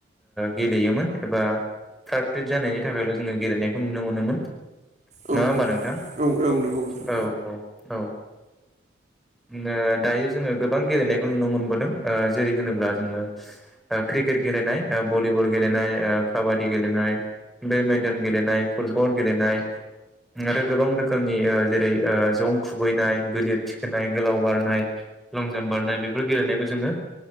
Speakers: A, in the centre; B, on the right.
A: गेलेयोमोन एबा फ्राद-फ्रिट जानायनि थाखायल' जोङो गेलेनायखौ नुनो मोनोमोन
B: औ
A: नङा
B: नंगौ औ
A: होमबा
B: दे
A: नोंथां।
B: औ औ नंगौ नोंथां
A: औ औ औ। उम दायो। जोङो गोबां गेलेनायखौ नुनो मोनबोदों जेरै होनोब्ला जोङो क्रिकेट गेलेनाय भलिबल गेलेनाय काबादि गेलेनाय बेडमिन्टन गेलेनाय फुटबल गेलेनाय आरो गोबां रोखोमनि जेरै जं खुबैनाय गिलिर थिखोनाय गोलाव बारनाय लं जाम्प बारनाय बेफोर गेलेनायखौ जोङो